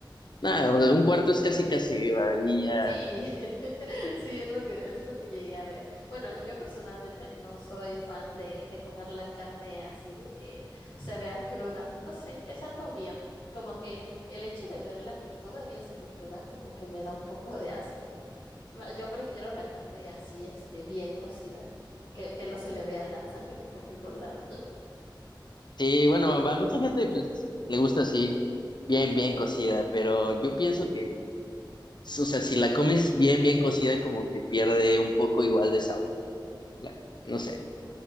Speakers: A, on the left; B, on the left.
A: Nada, o sea, un cuarto es casi, casi viva y ya.
B: Sí, <laughs> sí, es lo que, es lo que llegué a ver. Bueno, yo personalmente no soy fan de, de comer la carne así de que se vea cruda. No sé, es algo mío. Como que el hecho de verla que todavía se ve cruda, como que me da un poco de asco. Ma- Yo prefiero la carne así, este, bien cocida, que, que no se le vea la sangre por ningún lado. <laughs>
A: Sí, bueno, a mucha gente pues, le gusta así, bien, bien cocida, pero yo pienso que, o sea, si la comes bien, bien cocida, como que pierde un poco igual de sabor. La- no sé.